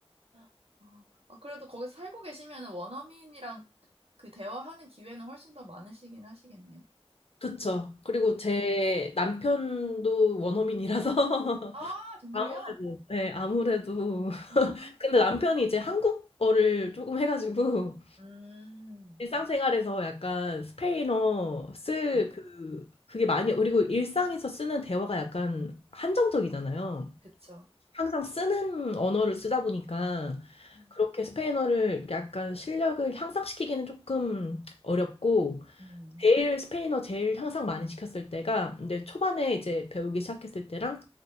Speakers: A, on the right (about 75°); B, on the left (about 70°).
A: 아, 아, 그래도 거기서 살고 계시면 원어민이랑 그 대화하는 기회는 훨씬 더 많으시긴 하시겠네요.
B: 그쵸. 그리고 제 남편도 원어민이라서
A: 아,
B: <laughs>
A: 정말요?
B: 아무래도 네, 아무래도
A: 아,
B: 근데 남편이 이제 한국어를 조금 해가지고
A: 음,
B: 일상생활에서 약간 스페인어 쓸
A: 네,
B: 그, 그게 많이, 그리고 일상에서 쓰는 대화가 약간 한정적이잖아요.
A: 그쵸.
B: 항상 쓰는 언어를 쓰다 보니까
A: 음.
B: 그렇게 스페인어를 약간 실력을 향상시키기는 조금 어렵고,
A: 음,
B: 제일 스페인어 제일 향상 많이 시켰을 때가 이제 초반에 이제 배우기 시작했을 때랑,